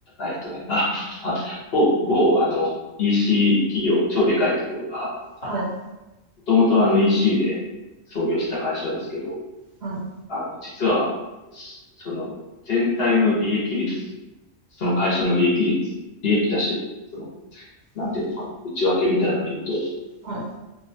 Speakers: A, on the left (about 55°); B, on the right (about 65°).
A: えっとね、あ、あ、某、某、あの、EC 企業、超でかいところが、あの、
B: はい。
A: もともとあの EC で創業した会社ですけど、
B: はい。
A: あの、実は、そその、全体の利益率、その会社の利益率、利益出してる、その、なんていうのかな、
B: うん。
A: 内訳みたいなのを見ると、
B: はい。